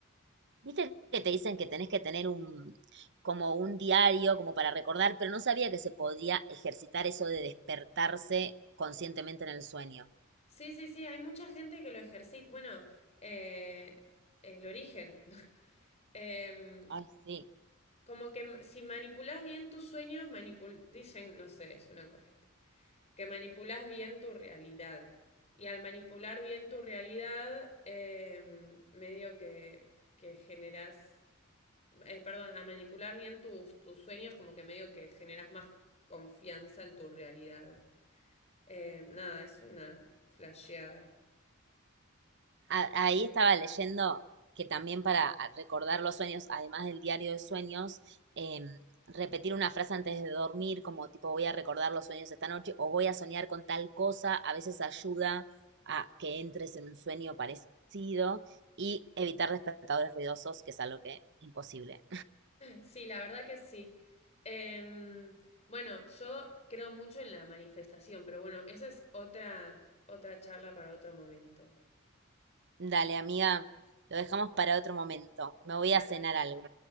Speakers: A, on the right; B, on the left.
A: Viste que te dicen que tenés que tener un, como un diario, como para recordar, pero no sabía que se podía ejercitar eso de despertarse conscientemente en el sueño.
B: Sí, sí, sí, hay mucha gente que lo ejercita. Bueno, eh, el origen. <laughs> Em,
A: Ay, sí.
B: como que si manipulas bien tus sueños, manipul dicen, no sé, es una corriente, que manipulas bien tu realidad. Y al manipular bien tu realidad, eh, medio que, que generas, eh, perdón, al manipular bien tus, tus sueños, como que medio que generas más confianza en tu realidad. Eh, nada, es una flasheada.
A: A- Ahí estaba leyendo que también para a- recordar los sueños, además del diario de sueños, em, repetir una frase antes de dormir, como tipo voy a recordar los sueños esta noche o voy a soñar con tal cosa, a veces ayuda a que entres en un sueño parecido y evitar despertadores ruidosos, que es algo que imposible.
B: Sí, la verdad que sí. Em, bueno, yo creo mucho en la manifestación, pero bueno, esa es otra, otra charla para otro momento.
A: Dale, amiga, lo dejamos para otro momento. Me voy
B: Dale.
A: a cenar algo.